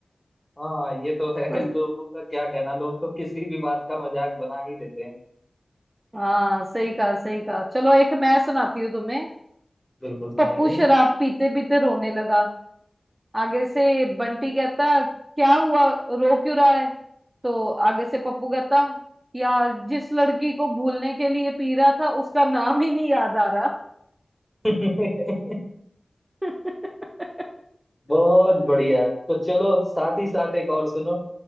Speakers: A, in the centre; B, on the right.
A: हाँ ये तो है
B: पर
A: <laughs> लोगों का क्या कहना लोग तो किसी भी बात का मजाक बना ही देते हैं
B: हाँ सही कहा सही कहा चलो एक मैं सुनाती हूँ तुम्हें
A: बिल्कुल सुनाइए
B: पप्पू शराब पीते पीते रोने लगा आगे से बंटी कहता क्या हुआ रो क्यों रहा है तो आगे से पप्पू कहता यार जिस लड़की को भूलने के लिए पी रहा था उसका नाम ही नहीं याद आ रहा
A: <laughs>
B: <laughs>
A: बहुत बढ़िया तो चलो साथ ही साथ एक और सुनो